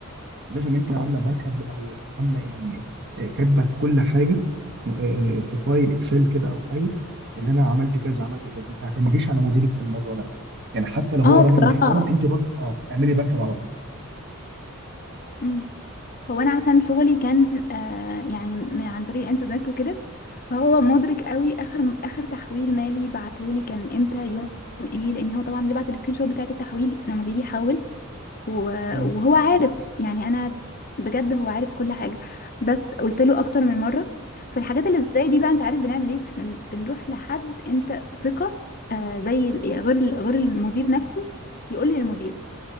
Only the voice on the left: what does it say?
اه
بصراحة
مم. هو انا عشان شغلي كان آه يعني م- عن طريق الانترنت وكده فهو مدرك قوي اخر اخر تحويل مالي بعتهولي كان امتى يوم ايه لان هو طبعا بيبعت السكرين شوت بتاعت التحويل لما بيجي يحول و-
وهو عارف يعني انا بجد هو عارف كل حاجة بس قلت له اكتر من مرة فالحاجات اللي زي دي بقى انت عارف بنعمل ايه احنا بنروح لحد انت ثقة آه زي ال- غير ال- غير المدير نفسه يقول للمدير